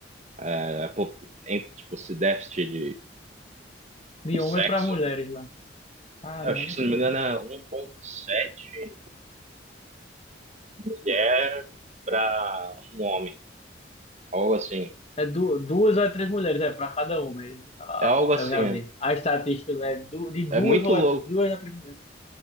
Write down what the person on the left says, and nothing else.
De
homem para mulheres lá. Caramba.
É du duas ou é três mulheres, é para cada homem. Ah,
eu já vi. A estatística é du de
duas
ou
é, duas a três mulheres.